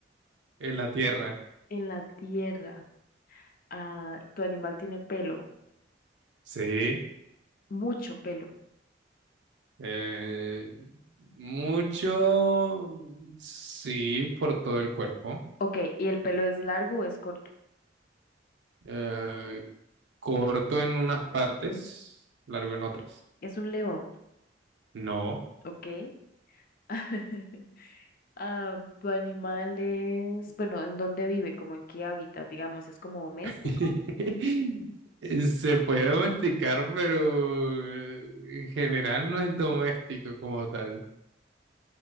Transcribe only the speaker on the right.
en la tierra.
Sí.
eh, mucho, sí, por todo el cuerpo.
eh, corto en unas partes, largo en otras.
No.
<laughs> Se puede domesticar, pero eh, en general no es doméstico como tal.